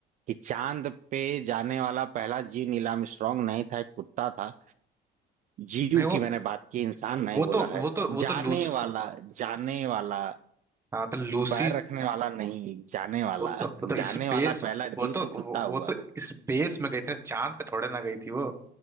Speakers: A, on the right; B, on the right.
A: कि चांद पे जाने वाला पहला जीव नील आर्मस्ट्रांग नहीं था एक कुत्ता था जीव
B: नहीं वो
A: की मैंने बात की इंसान नहीं
B: वो
A: बोला
B: तो
A: है
B: वो तो वो
A: जाने
B: तो लूस
A: वाला जाने वाला
B: हाँ तो लूसी
A: पैर रखने वाला नहीं जाने वाला
B: वो तो वो
A: जाने
B: तो स्पेस
A: वाला पहला जीव
B: वो तो
A: तो कुत्ता
B: वो,
A: हुआ
B: वो तो स्पेस में गई थी ना चांद पे थोड़े ना गई थी वो